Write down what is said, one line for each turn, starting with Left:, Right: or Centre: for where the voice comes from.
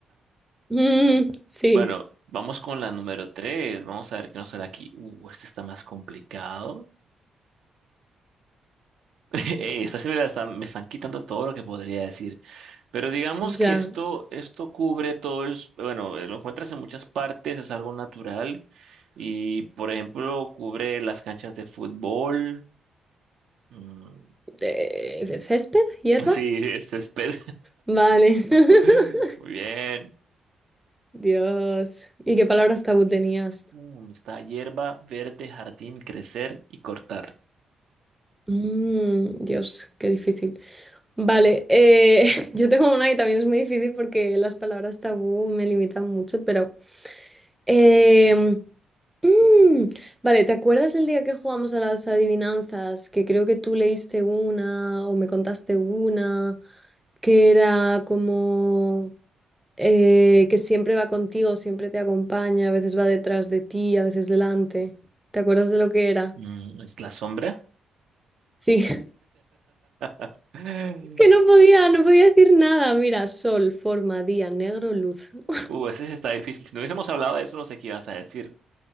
Centre: mm, sí.
Right: Bueno, vamos con la número 3. Vamos a ver qué nos sale aquí. Uh, este está más complicado. <laughs> Ey, esta sí me, la están, me están quitando todo lo que podría decir. Pero digamos
Centre: Ya.
Right: que esto, esto cubre todo el... s- Bueno, eh, lo encuentras en muchas partes, es algo natural. Y, por ejemplo, cubre las canchas de fútbol. Mm,
Centre: Eh, ¿césped? ¿Hierba?
Right: <laughs> sí, es césped.
Centre: Vale. <laughs>
Right: <laughs> Muy bien.
Centre: Dios. ¿Y qué palabras tabú tenías?
Right: Uh, está hierba, verde, jardín, crecer y cortar.
Centre: Mm, Dios, qué difícil. Vale, eh, <laughs> yo tengo una que también es muy difícil porque las palabras tabú me limitan mucho, pero... em, mm, vale, ¿te acuerdas el día que jugamos a las adivinanzas? Que creo que tú leíste una o me contaste una, que era como... eh, que siempre va contigo, siempre te acompaña, a veces va detrás de ti, a veces delante. ¿Te acuerdas de lo que era?
Right: Mm, es la sombra.
Centre: Sí, <laughs>
Right: <laughs>
Centre: es que no podía, no podía decir nada. Mira, sol, forma, día, negro, luz. <laughs>
Right: Uh, ese sí está difícil. Si no hubiésemos hablado de eso, no sé qué ibas a decir.